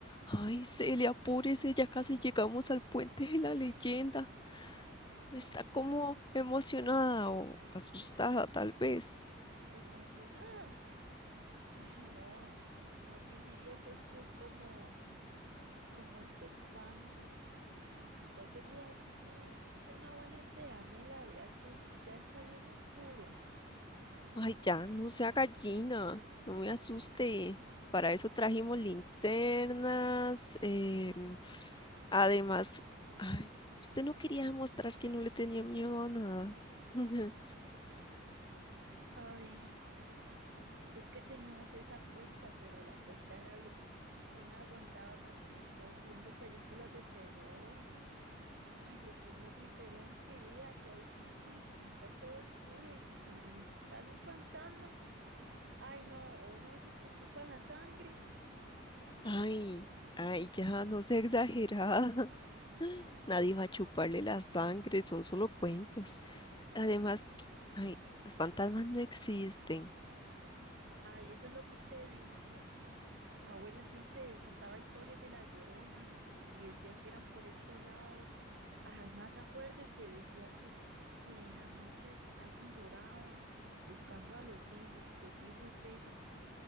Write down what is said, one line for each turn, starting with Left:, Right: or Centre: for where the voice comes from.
Left: Ay, Celia, apúrese, ya casi llegamos al puente de la leyenda. Está como
Right: Ay,
Left: emocionada o asustada, tal vez.
Right: emocionada. Ay, no. Más bien diría que estoy como, como expectante. ¿Estás segura de que esta es una buena idea, Mela? Vea que ya está bien oscuro.
Left: Ay, ya, no sea gallina, no me asuste. Para eso trajimos linternas. em, además, ay, usted no quería demostrar que no le tenía miedo a nada. <laughs>
Right: Ay, es que teníamos esa apuesta, pero la apuesta era ver qui- quién aguantaba más tiempo viendo películas de terror. Ay, esto es muy diferente. Vea que hay bichos, está todo oscuro y si les sale un fantasma, ay, no, o uno de esos que chupan la sangre.
Left: Ay, ay, ya, no sea exagerada. <laughs> Nadie va a chuparle la sangre, son solo cuentos. Además, ay, los fantasmas no existen.
Right: Ay, eso es lo que usted dice. Abuela siempre contaba historias de La Llorona y, y decía que eran por estos lados. Además, acuérdese, decía que, que en las noches alguien lloraba buscando a los hijos. Te fijo, es ella.